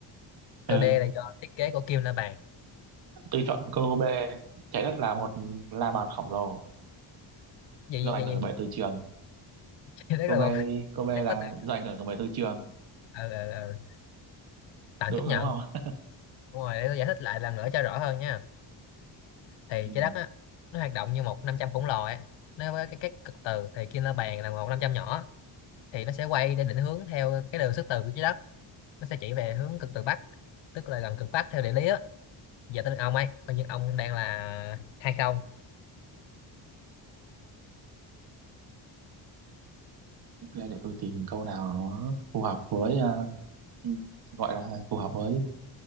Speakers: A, on the left (about 70°); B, on the right (about 50°).
A: Câu
B: ừ,
A: D là do thiết kế của kim la bàn.
B: tôi chọn câu B trái đất là một la bàn khổng lồ
A: Gì
B: do
A: gì
B: ảnh
A: gì
B: hưởng
A: gì.
B: bởi từ trường
A: <laughs> Đấy
B: câu
A: là
B: B
A: một
B: đi câu B là
A: nó có từ
B: do ảnh hưởng bởi từ trường
A: ờ, ờ, ờ, tạm
B: đúng
A: chấp
B: rồi
A: nhận.
B: đúng không
A: Đúng rồi, để tôi giải thích lại lần nữa cho rõ hơn nha. Thì
B: <laughs> ừ.
A: trái đất á nó hoạt động như một 500 khổng lồ ấy. Nó với cái các cực từ thì kim la bàn là một 500 nhỏ thì nó sẽ quay để định hướng theo cái đường sức từ của trái đất. Nó sẽ chỉ về hướng cực từ bắc, tức là gần cực bắc theo địa lý á. Giờ tới lượt ông ấy, coi như ông đang là hai không.
B: ok để tôi tìm câu nào nó phù hợp với ờ, ừ, gọi là phù hợp với